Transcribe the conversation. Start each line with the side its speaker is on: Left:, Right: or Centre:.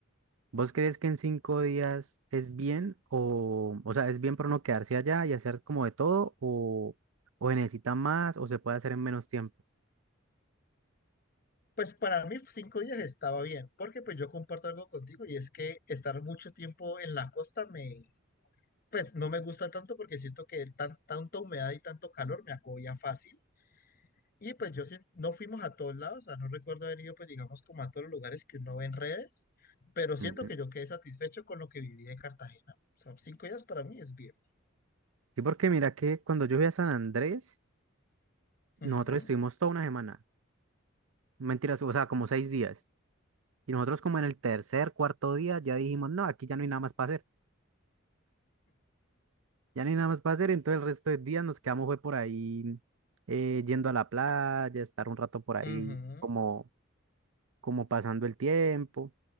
Right: ¿Vos crees que en cinco días es bien o, o sea, es bien para no quedarse allá y hacer como de todo o, o se necesita más o se puede hacer en menos tiempo?
Left: Pues para mí cinco días estaba bien, porque pues yo comparto algo contigo y es que estar mucho tiempo en la costa me, pues no me gusta tanto porque siento que tan- tanta humedad y tanto calor me agobia fácil. Y pues yo sí, no fuimos a todos lados, o sea, no recuerdo haber ido, pues digamos, como a todos los lugares que uno ve en redes, pero siento
Right: Ujú.
Left: que yo quedé satisfecho con lo que viví de Cartagena. O sea, cinco días para mí es bien.
Right: Sí, porque mira que cuando yo fui a San Andrés, nosotros
Left: Ujú,
Right: estuvimos toda una semana, mentiras, o sea, como seis días. Y nosotros como en el tercer, cuarto día ya dijimos, no, aquí ya no hay nada más para hacer, ya no hay nada más para hacer, entonces el resto de días nos quedamos fue por ahí eh, yendo a la playa, estar un rato por ahí
Left: ujú,
Right: como, como pasando el tiempo.